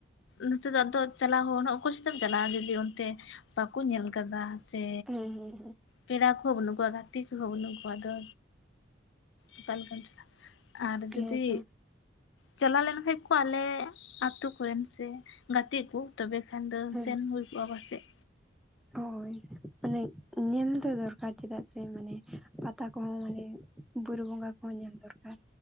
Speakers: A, on the left; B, in the centre.
A: ᱱᱚᱛᱮ ᱫᱚ ᱟᱫᱚ ᱪᱟᱞᱟᱣ ᱦᱚ ᱩᱱᱟᱹᱜ ᱚᱠᱚᱭ ᱥᱟᱛᱮᱢ ᱪᱟᱞᱟᱜᱼᱟ ᱡᱩᱫᱤ ᱚᱱᱛᱮ ᱵᱟᱹᱠᱩ ᱧᱮᱞ ᱠᱟᱫᱟ ᱥᱮ
B: ᱦᱮᱸ ᱦᱮᱸ
A: ᱯᱮᱲᱟ ᱠᱩᱦᱚᱸ ᱵᱟᱹᱱᱩᱜ ᱠᱚᱣᱟ ᱜᱟᱛᱮ ᱠᱩᱦᱚᱸ ᱵᱟᱹᱱᱩᱜ ᱠᱚᱣᱟ ᱟᱫᱚ ᱚᱠᱟᱞᱮᱠᱟᱢ ᱪᱟᱞᱟᱜᱼᱟ ᱟᱨ
B: ᱦᱮᱸ
A: ᱡᱩᱫᱤ
B: ᱛᱚ
A: ᱪᱟᱞᱟᱣ ᱞᱮᱱ ᱠᱷᱟᱡ ᱠᱩ ᱟᱞᱮ ᱟᱹᱛᱩ ᱠᱚᱨᱮᱱ ᱥᱮ ᱜᱟᱛᱮ ᱠᱩ ᱛᱚᱵᱮ ᱠᱷᱟᱱ ᱫᱚ
B: ᱦᱮᱸ
A: ᱥᱮᱱ ᱦᱩᱭ ᱠᱚᱜᱼᱟ ᱯᱟᱥᱮᱜ
B: ᱦᱳᱭ ᱢᱟᱱᱮᱜ ᱧᱮᱞ ᱫᱚ ᱫᱚᱨᱠᱟᱨ ᱪᱮᱫᱟᱜ ᱥᱮ ᱢᱟᱱᱮ ᱯᱟᱛᱟ ᱠᱚᱦᱚᱸ ᱢᱟᱱᱮ ᱵᱩᱨᱩ ᱵᱚᱸᱜᱟ ᱠᱚᱦᱚᱸ ᱧᱮᱞ ᱫᱚᱨᱠᱟᱨ